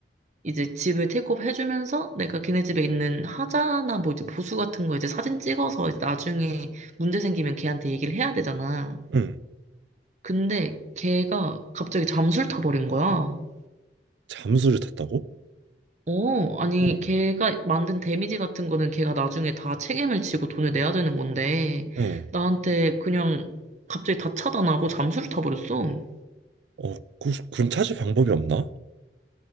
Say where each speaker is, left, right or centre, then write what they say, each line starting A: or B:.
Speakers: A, on the right; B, on the right.
A: 이제 집을 테이크업 해주면서 내가 걔네 집에 있는 하자나 뭐 이제 보수 같은 거 이제 사진 찍어서 이제 나중에 문제 생기면 걔한테 얘기를 해야 되잖아.
B: 응.
A: 근데 걔가 갑자기 잠수를 타버린 거야.
B: 잠수를 탔다고?
A: 어, 아니,
B: 응,
A: 걔가 만든 데미지 같은 거는 걔가 나중에 다 책임을 지고 돈을 내야 되는 건데,
B: 응.
A: 나한테 그냥 갑자기 다 차단하고 잠수를 타버렸어.
B: 어, 그, 그럼 찾을 방법이 없나?